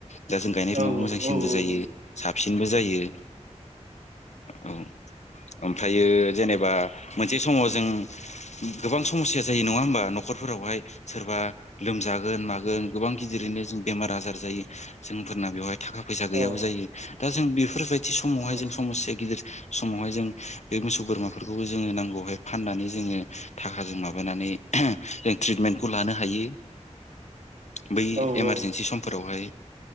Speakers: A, on the left; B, on the right.
A: दा जों गायनाय फुनायाव
B: औ
A: मोजांसिनबो
B: औ
A: जायो साबसिनबो जायो। औ ओमफ्रायो जेनेबा मोनसे समाव जों गोबां समस्या जायो नङा होमबा न'खरफोरावहाय सोरबा लोमजा गोन मागोन गोबां गिदिरैनो जों बेमार आजार जायो जोंफोरना बेवहाय थाखा फैसा गैयाबो
B: औ
A: जायो। दा जों बेफोरबायदि समावहाय
B: औ
A: जों समस्या गिदिर समावहाय जों बे मोसौ बोरमाफोरखौबो जोङो नांगौहाय फाननानै जोङो थाखाजों माबानानै जों ट्रिटमेन्टखौ लानो हायो।
B: <inaudible>
A: बै
B: औ नंगौ
A: एमारजेन्सि समफोरावहाय